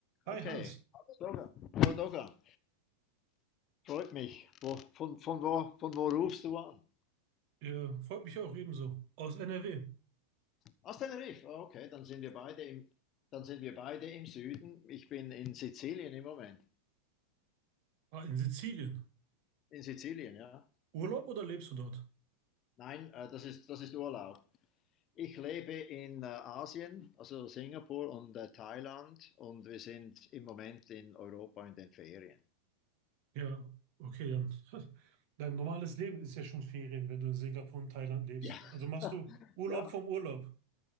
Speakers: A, on the right (about 45°); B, on the left (about 30°).
A: Hi
B: Okay,
A: Hans,
B: Doga. Hallo Doga, freut mich. Wo, von, von, wo, von wo rufst du an?
A: äh, freut mich auch ebenso. Aus NRW,
B: Aus Tenerife. Oh, okay, dann sind wir beide im, dann sind wir beide im Süden. Ich bin in Sizilien im Moment.
A: ah, in Sizilien.
B: In Sizilien, ja.
A: Urlaub oder lebst du dort?
B: Nein, äh, das ist, das ist Urlaub. Ich lebe in äh, Asien, also Singapur und äh, Thailand, und wir sind im Moment in Europa in den Ferien.
A: Ja, okay, dann. <laughs> Dein normales Leben ist ja schon Ferien, wenn du in Singapur und Thailand lebst.
B: Ja,
A: Also machst du Urlaub
B: ja,
A: vom Urlaub.